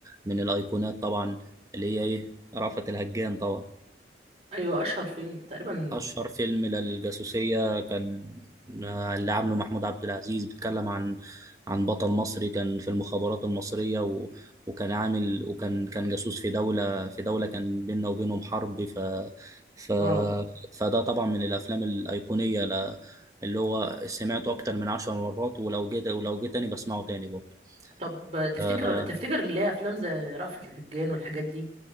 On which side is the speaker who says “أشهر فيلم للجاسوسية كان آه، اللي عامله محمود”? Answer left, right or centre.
Right